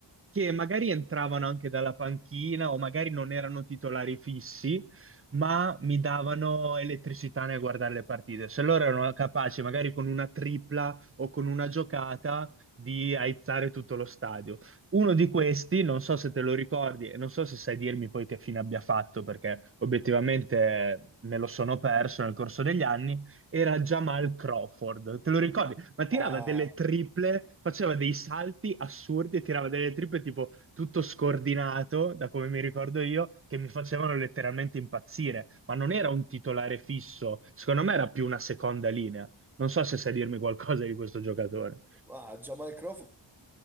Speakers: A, on the right; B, in the centre.
A: che magari entravano anche dalla panchina o magari non erano titolari fissi, ma mi davano elettricità nel guardare le partite. Se loro erano capaci magari con una tripla o con una giocata di aizzare tutto lo stadio. Uno di questi, non so se te lo ricordi e non so se sai dirmi poi che fine abbia fatto, perché obiettivamente me lo sono perso nel corso degli anni, era Jamal Crawford. Te lo ricordi? Ma tirava
B: Ah,
A: delle triple, faceva dei salti assurdi e tirava delle triple tipo tutto scordinato, da come mi ricordo io, che mi facevano letteralmente impazzire. Ma non era un titolare fisso, secondo me era più una seconda linea. Non so se sai dirmi qualcosa di questo giocatore.
B: ah, Jamal Crawford